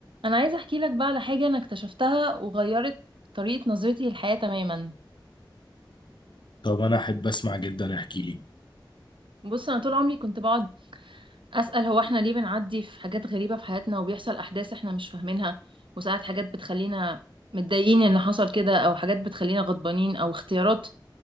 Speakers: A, on the right (about 85°); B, on the left (about 70°).
A: انا عايزه احكي لك بقى على حاجه انا اكتشفتها وغيرت طريقه نظرتي للحياه تماما
B: طب انا احب اسمع جدا احكي لي
A: بص انا طول عمري كنت بقعد اسال هو احنا ليه بنعدي في حاجات غريبه في حياتنا وبيحصل احداث احنا مش فاهمينها وساعات حاجات بتخلينا متضايقين ان حصل كده او حاجات بتخلينا غضبانين او اختيارات